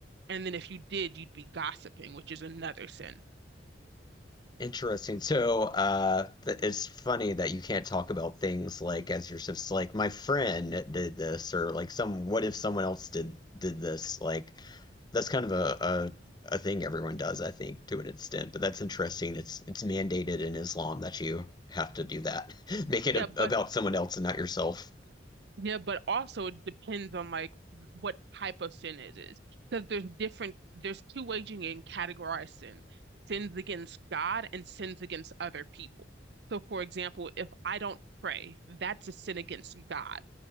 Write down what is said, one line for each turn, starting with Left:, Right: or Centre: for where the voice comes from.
Right: And then if you did, you'd be gossiping, which is another sin.
Left: Interesting. So, uh, th it's funny that you can't talk about things like as you just like my friend did this or like some what if someone else did did this like that's kind of a, a a thing everyone does I think to an extent but that's interesting it's it's mandated in Islam that you have to do that <laughs> make it
Right: Yeah,
Left: a,
Right: but
Left: about someone else and not yourself
Right: yeah, but also it depends on like what type of sin it is. Because there's different there's two ways you can categorize sin. Sins against God and sins against other people. So for example, if I don't pray, that's a sin against God.